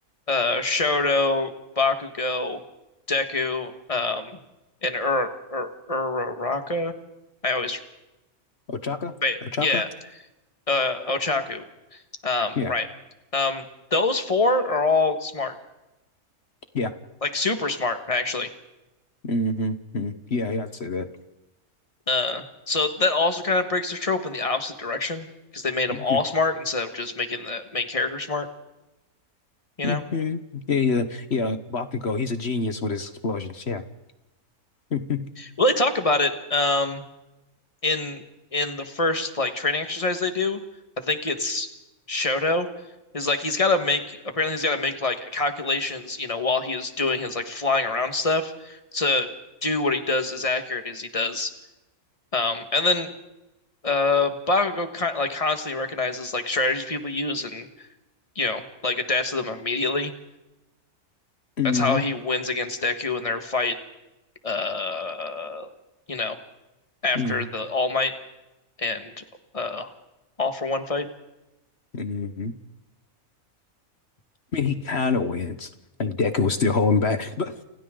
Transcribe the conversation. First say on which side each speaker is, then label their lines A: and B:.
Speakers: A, on the left (about 25°); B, on the left (about 45°).
A: uh Shoto, Bakugo, Deku, um and Ur Ur Uraraka. I always
B: Ochaka?
A: but
B: Ochaka?
A: yeah, uh Ochaku. Um
B: Yeah.
A: right. Um those four are all smart.
B: Yeah.
A: Like super smart actually.
B: hmm Yeah, yeah, I'd say that.
A: Uh so that also kind of breaks the trope in the opposite direction because they made them
B: <laughs>
A: all smart instead of just making the main character smart, you
B: Yeah.
A: know?
B: hmm Yeah, yeah, yeah. Bakugo, he's a genius with his explosions. Yeah. <laughs> hmm
A: Well, they talk about it um in in the first like training exercise they do, I think it's Shoto, is like he's got to make apparently he's got to make like calculations, you know, while he's doing his like flying around stuff to do what he does as accurate as he does. Um, and then uh Bakugo kind like constantly recognizes like strategies people use and you know like adapts to them immediately.
B: hmm
A: That's how he wins against Deku in their fight. Uh, you know, after
B: hmm
A: the All Might and uh All for One fight.
B: hmm I mean, he kind of wins. And Deku was still holding back, but